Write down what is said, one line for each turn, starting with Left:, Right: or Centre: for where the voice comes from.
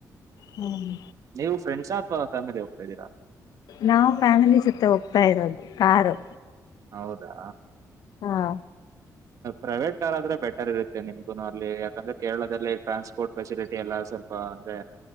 Left: ಹ್ಮ್
Right: ನೀವು ಫ್ರೆಂಡ್ಸ್ ಆತವಾ ಫ್ಯಾಮಿಲಿ ಹೋಗ್ತಾ ಇದಿದ್ದೀರಾ.
Left: ನಾವು ಫ್ಯಾಮಿಲಿ ಜೊತೆ ಹೋಗ್ತಾ ಇರೋದು ಕಾರು.
Right: ಹೌದಾ
Left: ಹಾ.
Right: ಪ್ರೈವೇಟ್ ಕಾರ್ ಆದ್ರೆ ಬೆಟರ್ ಇತ್ತೆ ನಿಮಗೂ ಅಲ್ಲಿ ಯಾಕಂದ್ರೆ ಕೇರಳದಲ್ಲಿ ಟ್ರಾನ್ಸ್ಪೋರ್ಟ್ ಫೆಸಿಲಿಟಿ ಎಲ್ಲ ಸ್ವಲ್ಪ. ಅಂದ್ರೆ